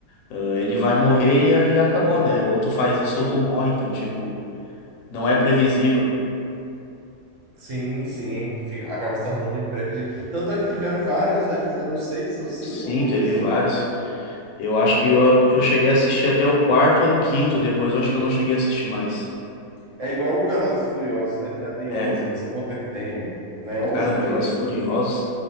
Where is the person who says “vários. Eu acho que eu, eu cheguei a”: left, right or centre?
Left